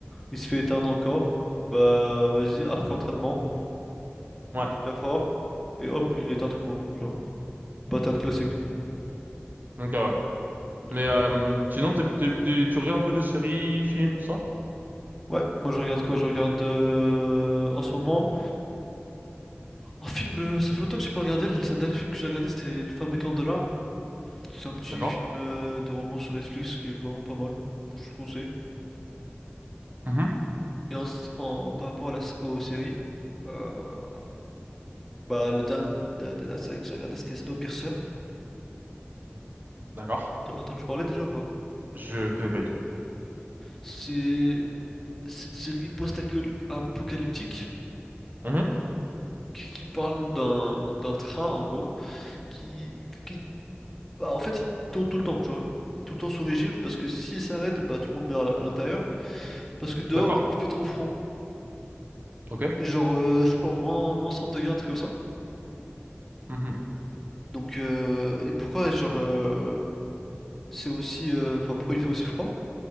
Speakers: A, in the centre; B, on the right.
A: il se fait éteindre encore. Bah vas-y, arc entraînement,
B: Ouais.
A: il devient fort et hop, il éteint tout le monde. pattern classique.
B: Ok, ouais.
A: Donc,
B: Mais euh,
A: euh,
B: sinon, t'es- t'es- t'es- tu regardes un peu de séries, films, tout ça?
A: ouais, moi je regarde quoi? Je regarde euh, en ce moment un film. euh, ça fait longtemps que j'ai pas regardé. Le le dernier film que j'ai regardé, c'était Le Fabricant de larmes. C'est un petit
B: D'accord.
A: film euh, de romance sur Netflix qui est vraiment pas mal. Moi, je te le conseille.
B: Mhm.
A: Et en, s- en- par rapport à la, s- aux séries, euh, bah le dernier, la dernière série que j'ai regardée, c'était Snowpiercer.
B: D'accord.
A: T'en as entendu parler déjà ou pas?
B: Je connais pas du tout.
A: C'est c'est une série post-apocalyptique
B: Mhm.
A: qui qui parle d'un d'un train en gros qui, qui- bah, en fait, il tourne tout le temps, tu vois. Il est tout le temps sous régime parce que s'il s'arrête, bah, tout le monde meurt à la- à l'intérieur. Parce que dehors,
B: D'accord.
A: il fait trop froid.
B: Ok.
A: Et genre, euh, je crois, moins, moins 100 degrés, un truc comme ça.
B: Mhm.
A: Donc, euh, et pourquoi, genre, euh, c'est aussi. euh, Enfin, pourquoi il fait aussi froid?